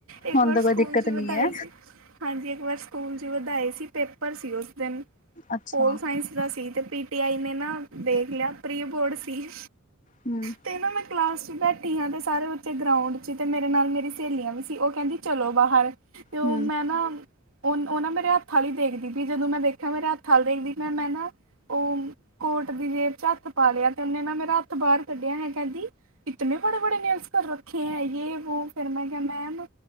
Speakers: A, on the right; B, on the left.
A: ਇੱਕ
B: ਹੁਣ
A: ਵਾਰ
B: ਤਾਂ ਕੋਈ
A: ਸਕੂਲ
B: ਦਿੱਕਤ
A: 'ਚ
B: ਨਹੀਂ
A: ਵਧਾਏ
B: ਹੈ।
A: ਸੀ। ਹਾਂਜੀ ਇੱਕ ਵਾਰ ਸਕੂਲ 'ਚ ਵਧਾਏ ਸੀ ਪੇਪਰ ਸੀ ਉਸ ਦਿਨ,
B: ਅੱਛਾ
A: ਪੋਲ ਸਾਇੰਸ ਦਾ ਸੀ ਤੇ ਪੀਟੀ ਆਈ ਨੇ ਨਾ ਦੇੇਖ ਲਿਆ, ਪ੍ਰੀ ਬੋਰਡ ਸੀ
B: ਹਮ
A: ਤੇ ਨਾ ਮੈਂ ਕਲਾਸ 'ਚ ਬੈਠੀ ਆ ਤੇ ਸਾਰੇ ਬੱਚੇ ਗਰਾਊਂਡ 'ਚ, ਤੇ ਮੇਰੇ ਨਾਲ ਮੇਰੀ ਸਹੇਲੀਆਂ ਵੀ ਸੀ ਓ ਕੈਂਦੀ ਚਲੋ ਬਾਹਰ। ਤੇ ਓ
B: ਹਮ
A: ਮੈਂ ਨਾ ਓ-ਓ ਨਾ ਮੇਰੇ ਹੱਥ ਆਲੀ ਦੇਖਦੀ ਵੀ, ਜਦੋਂ ਮੈਂ ਦੇਖਿਆ ਮੇਰੇ ਹੱਥ ਅਲ ਦੇਖਦੀ ਤੇ ਮੈਂ ਨਾ ਓ ਕੋਟ ਦੀ ਜੇਬ 'ਚ ਹੱਥ ਪਾ ਲਿਆ ਤੇ ਓਨੇ ਨਾ ਮੇਰਾ ਹੱਥ ਬਾਰ ਕੱਢਿਆ, ਐ ਕੈਂਦੀ ਇਤਨੇ ਬੜੇ-ਬੜੇ ਨੇਲਸ ਕਰ ਰੱਖੇ ਐ, ਯੇ, ਵੋ, ਫਿਰ ਮੈਂ ਕਿਆ ਮੈਮ